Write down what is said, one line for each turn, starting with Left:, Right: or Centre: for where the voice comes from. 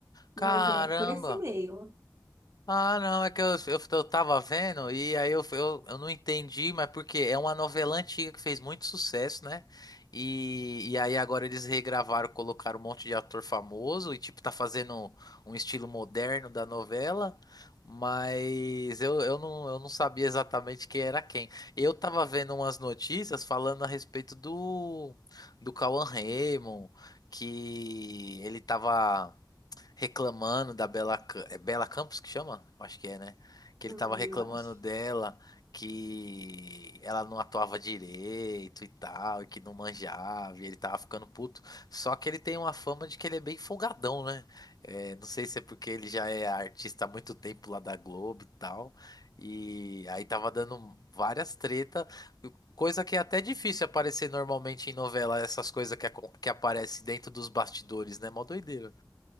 Right: Mas
Left: caramba.
Right: é por esse meio,
Left: Ah, não, é que eu, eu, eu tava vendo e aí eu, eu, eu não entendi, mas porque é uma novela antiga que fez muito sucesso, né? E, e aí agora eles regravaram, colocaram um monte de ator famoso e tipo tá fazendo um estilo moderno da novela, mas eu, eu não, eu não sabia exatamente quem era quem. Eu tava vendo umas notícias falando a respeito do do Cauan Raymond, que ele tava reclamando da Bela, Ca- é Bela Campos que chama? Acho que é, né? Que
Right: hum,
Left: ele tava reclamando
Right: eu acho.
Left: dela, que ela não atuava direito e tal, e que não manjava, e ele tava ficando puto. Só que ele tem uma fama de que ele é bem folgadão, né? É, não sei se é porque ele já é artista há muito tempo lá da Globo e tal. E aí tava dando várias tretas, coisa que é até difícil aparecer normalmente em novela, essas coisas que, acon- que aparecem dentro dos bastidores, né? Mó doideira.